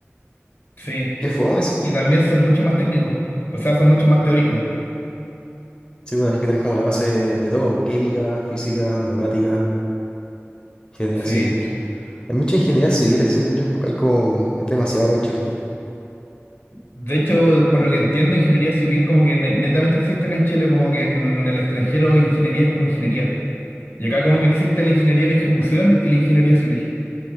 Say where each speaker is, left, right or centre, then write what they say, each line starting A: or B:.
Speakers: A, on the left; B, on the left.
A: Sí,
B: Qué fome, sí.
A: y también son mucho más técnicos, o sea, son mucho más teóricos.
B: Sí, pues tenés que tener como la base de todo, po, química, física, matemática, ingeniería
A: Sí.
B: civil. Hay muchas ingenierías civiles, según yo, hay como, es demasiado acá en Chile.
A: De hecho, por lo que entiendo, ingeniería civil como que ne- netamente existe acá en Chile, como que en el extranjero ingeniería es como ingeniería. Y acá como que existe la ingeniería en ejecución y la ingeniería civil.